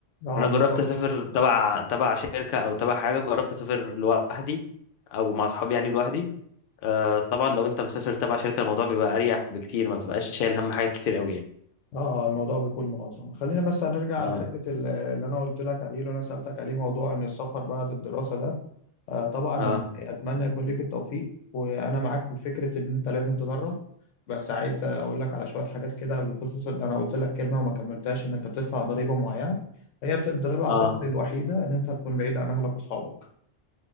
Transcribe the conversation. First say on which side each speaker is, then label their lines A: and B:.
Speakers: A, on the left; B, on the left.
A: اه
B: انا
A: بالظبط
B: جربت اسافر تبع تبع شركة او تبع حاجة جربت اسافر لوحدي او مع اصحابي يعني لوحدي آه طبعا لو انت مسافر تبع شركه الموضوع بيبقى اريح بكتير ما بتبقاش شايل هم حاجات كتير قوي يعني
A: اه آه، الموضوع بيكون منظم خلينا بس هنرجع
B: اه
A: على حتة ال- اللي انا قلت لك عليه اللي انا سألتك عليه موضوع ان السفر بعد الدراسة ده آه، طبعا أنا
B: اه
A: اتمنى يكون ليك التوفيق وانا معاك في فكرة ان انت لازم تدرب بس عايز اقول لك على شوية حاجات كده بخصوص إن انا قلت لك كلمة وما كملتهاش ان انت بتدفع ضريبة معينة هي بت- الضريبة اعتقد
B: اه
A: الوحيدة ان انت هتكون بعيد عن اهلك واصحابك